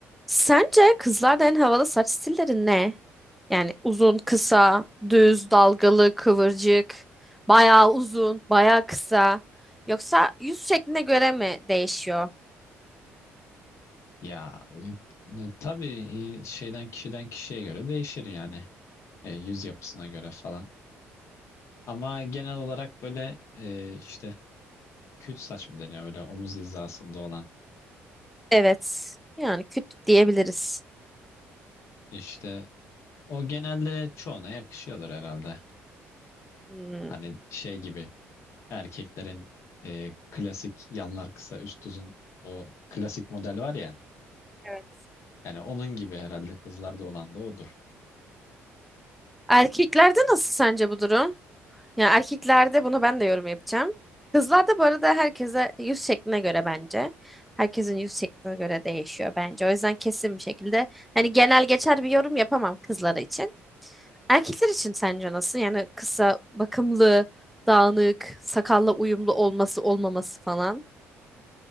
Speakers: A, in the centre; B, on the left.
A: Sence kızlarda en havalı saç stilleri ne? Yani uzun, kısa, düz, dalgalı, kıvırcık, bayağı uzun, bayağı kısa. Yoksa yüz şekline göre mi değişiyor?
B: Ya e, tabii e, şeyden kişiden kişiye göre değişir yani E, yüz yapısına göre falan. Ama genel olarak böyle e, işte küt saç mı deniyor böyle omuz hizasında olan
A: Evet. Yani küt diyebiliriz.
B: işte o genelde çoğuna yakışıyordur herhalde.
A: Hmm.
B: Hani şey gibi erkeklerin e, klasik yanlar kısa üst uzun o klasik model var ya
A: Evet.
B: yani onun gibi herhalde kızlarda olan da odur.
A: Erkeklerde nasıl sence bu durum? Yani erkeklerde bunu ben de yorum yapacağım. Kızlarda bu arada herkese yüz şekline göre bence. Herkesin yüz şekline göre değişiyor bence. O yüzden kesin bir şekilde hani genel geçer bir yorum yapamam kızlar için. Erkekler için sence nasıl? Yani kısa, bakımlı, dağınık, sakalla uyumlu olması olmaması falan.